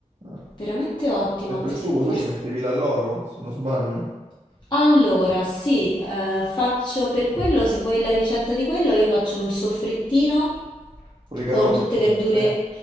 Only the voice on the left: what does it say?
veramente ottima.
Forse...
Allora, sì, eh, faccio per quello, se vuoi la ricetta di quello, io faccio un soffrittino
con tutte verdure,